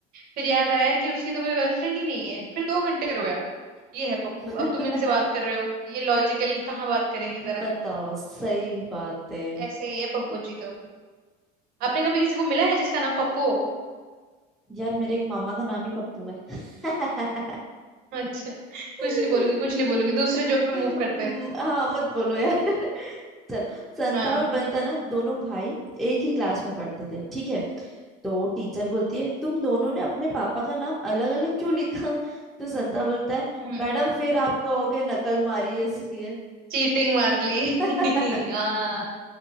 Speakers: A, on the right; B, in the centre.
A: फिर याद आया कि उसकी तो कोई गर्लफ्रेंड ही नहीं है फिर दो घंटे रोया ये है पप्पू
B: <laughs>
A: अब तुम इनसे बात कर रहे हो ये लॉजिकल कहाँ बात करेंगे जरा
B: बताओ सही बात है
A: ऐसे ही है पप्पू जी तो आपने कभी किसी को मिला है जिसका नाम पप्पू हो
B: यार मेरे एक मामा का नाम ही पप्पू है <laughs>
A: अच्छा <laughs> कुछ
B: <laughs>
A: नहीं बोलूंगी कुछ नहीं बोलूंगी
B: म-
A: दूसरे जॉब पे मूव करते
B: म-
A: हैं
B: हाँ मत बोलो यार <laughs> चलो संता
A: हाँ
B: और बंता ना दोनों भाई एक ही क्लास में पढ़ते थे ठीक है तो टीचर बोलती है तुम दोनों ने अपने पापा का नाम अलग अलग क्यों लिखा <laughs> तो संता बोलता है
A: हम्म
B: मैडम फिर आप कहोगे नकल मारी है इसलिए
A: चीटिंग मार ली
B: <laughs>
A: <laughs> हाँ